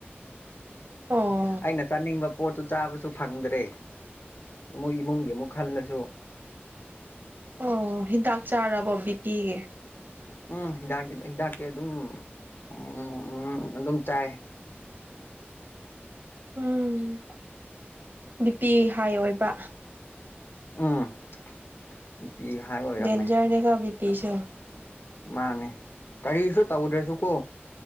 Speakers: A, on the right (about 50°); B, on the left (about 60°).
A: ꯑꫭ
B: ꯑꯩꯅ ꯆꯥꯅꯤꯡꯕ ꯄꯣꯠꯇꯨ ꯆꯥꯕꯁꯨ ꯐꯪꯗ꯭ꯔꯦ ꯃꫭꯏ ꯏꯃꯨꯡꯒꯤ ꯑꯃꯨꯛ ꯈꯜꯂꯁꯨ
A: ꯑꯣ ꯍꯤꯗꯥꯛ ꯆꯥꯔꯕꯣ ꯕꯤꯄꯤꯒꯤ
B: ꯎꯝ ꯍꯤꯗꯥꯛꯇꯤ ꯍꯤꯗꯥꯛꯇꯤ ꯑꯗꯨꯝ ꯎꯝ ꯑꯗꯨꯝ ꯆꯥꯏ
A: ꯎꯝ ꯕꯤꯄꯤ ꯍꯥꯏ ꯑꯣꯏꯕ
B: ꯎꯝ ꯅꯨꯄꯤ ꯍꯥꯏ ꯑꯣꯏꯔꯝꯃꯦ
A: ꯗ‌ꯦꯟꯖꯥꯔꯅꯦꯀꫭ ꯕꯤꯄꯤꯁꯨ
B: ꯃꯥꯅꯦ ꯀꯔꯤꯁꯨ ꯇꯧꯗ꯭ꯔꯁꯨꯀꯣ